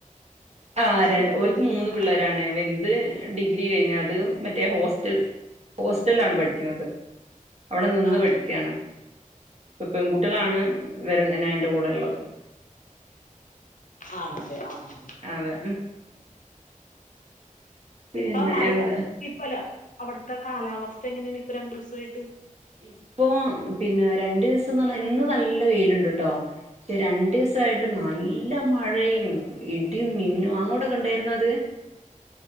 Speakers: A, on the right; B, on the left.
A: ആ ര
B: വീ
A: ഓര്ക്ക്
B: വീട്ടിൽ
A: മൂന്ന്
B: നിക്കണ
A: പിള്ളേരാണ് വെല്ത് ഡിഗ്രി കഴിഞ്ഞ അത് മറ്റേ ഹോസ്റ്റൽ ഹോസ്റ്റൽലാണ് പഠിക്കന്നത് അവിടെ നിന്ന്
B: ആഹ്
A: പഠിക്കാണ്
B: ആഹ്
A: പ്പൊ പെൺകുട്ടിളാണ് വരെ എന്നെ എന്റെ കൂടെ ള്ളത്
B: ആണല്ലേ ആ ആ
A: അതെ പിന്നെ
B: ഇപ്പ മഴ
A: എന്ത്
B: ഇപ്പല്ല അവിട്ത്തെ കാലാവസ്ഥ എങ്ങനെണ് ഇപ്പൊ രണ്ടൂസായിട്ട്
A: ഇപ്പൊ പിന്നെ രണ്ടൂസംന്ന് പറഞ്ഞാ ഇന്ന് നല്ല വെയില്ണ്ട്ട്ടോ റ്റെ രണ്ടൂ സായിട്ട് നല്ല മഴയും ഇടീം മിന്നും അങ്ങോട്ടൊക്കെ ഇണ്ടായിരുന്നു അത്?